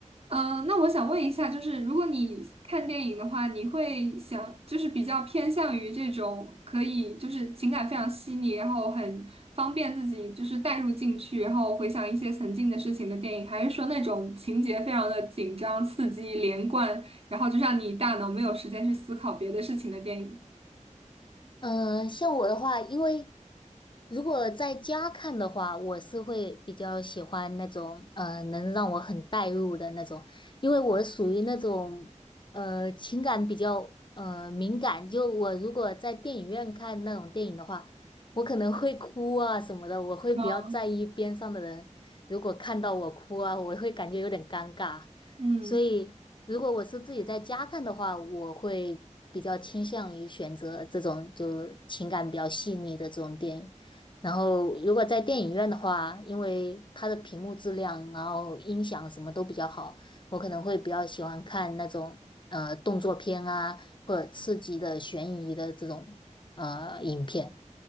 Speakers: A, on the right; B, on the left.
A: 嗯、那我想问一下，就是如果你看电影的话，你会想就是比较偏向于这种可以就是情感非常细腻，然后很方便自己就是带入进去，然后回想一些曾经的事情的电影，还是说那种情节非常的紧张、刺激、连贯，然后就让你大脑没有时间去思考别的事情的电影？
B: 嗯，像我的话，因为如果在家看的话，我是会比较喜欢那种呃能让我很带入的那种，因为我属于那种呃情感比较呃敏感，就我如果在电影院看那种电影的话，我可能会哭啊什么的，我会比较在意边上的人，
A: 嗯。
B: 如果看到我哭啊，我会感觉有点尴尬，
A: 嗯。
B: 所以。如果我是自己在家看的话，我会比较倾向于选择这种就情感比较细腻的这种电影。然后，如果在电影院的话，因为它的屏幕质量，然后音响什么都比较好，我可能会比较喜欢看那种呃动作片啊，或者刺激的、悬疑的这种呃影片。